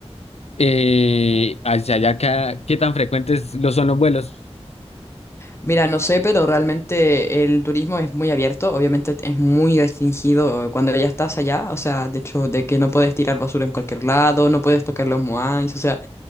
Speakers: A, on the left; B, on the left.
A: eh, hacia allá, acá qué tan frecuentes lo son los vuelos?
B: Mira, no sé, pero realmente el turismo es muy abierto, obviamente es muy restringido cuando ya estás allá, o sea, de hecho, de que no puedes tirar basura en cualquier lado, no puedes tocar los moais, o sea,